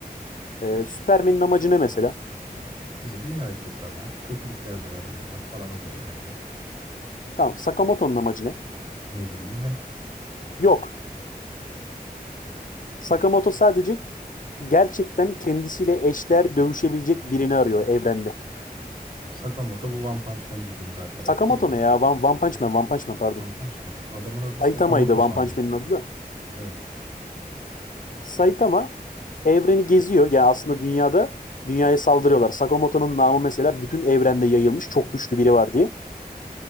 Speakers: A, on the left; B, on the right.
A: Ee, Superman'in amacı ne mesela?
B: Mesela dünyayı kurtarmak, kötülüklerden arındırmak falan oluyor genelde.
A: Tamam. Sakamoto'nun amacı ne?
B: Ne bileyim ne.
A: Yok. Sakamoto sadece gerçekten kendisiyle eşler dövüşebilecek birini arıyor evrende.
B: Sakamoto bu One Punch Man dediğimiz arkadaş
A: Sakamoto
B: değil mi?
A: ne ya? One, One Punch Man, One Punch Man pardon.
B: One Punch Man. Adamın adı
A: Saitama'ydı
B: Sakamoto
A: One
B: sandım.
A: Punch Man'in adı da.
B: Evet.
A: Saitama evreni geziyor. Ya aslında dünyada dünyaya saldırıyorlar. Sakamoto'nun namı mesela bütün evrende yayılmış. Çok güçlü biri var diye.